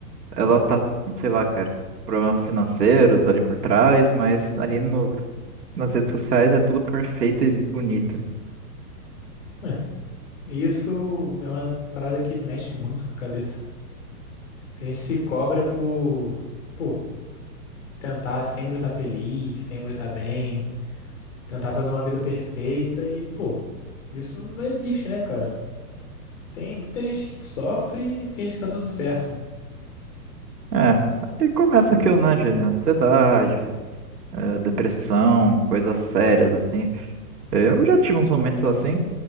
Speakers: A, on the right; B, on the left.
A: ela tá, sei lá, cara, problemas financeiros ali por trás, mas ali no, nas redes sociais é tudo perfeito e bonito.
B: É, isso é uma parada que mexe muito com a cabeça. A gente se cobra por, pô, tentar sempre estar feliz, sempre estar bem. Tentar fazer uma vida perfeita e, pô, isso não existe, né, cara? Tem muita gente que sofre e finge que tá tudo certo.
A: É, aí começa aquilo, né, de ansiedade, eh, depressão, coisas sérias, assim. Eh, Eu já tive uns momentos assim,